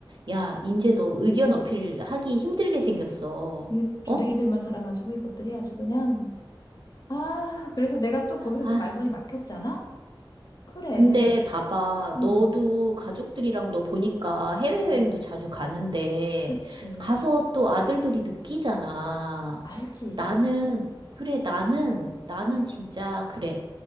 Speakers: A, on the right; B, on the left.
A: 야, 이제 너 의견 어필하기 힘들게 생겼어.
B: 이 조댕이들만
A: 어?
B: 살아가지고 이것들이 아주 그냥. 아, 그래서 내가 또 거기서
A: 아,
B: 또 말문이 막혔잖아? 그래.
A: 근데 봐봐.
B: 응,
A: 너도 가족들이랑 너 보니까 해외여행도
B: 응.
A: 자주 가는데,
B: 그치.
A: 가서 또 아들들이 느끼잖아.
B: 알지.
A: 나는, 그래, 나는, 나는 진짜, 그래.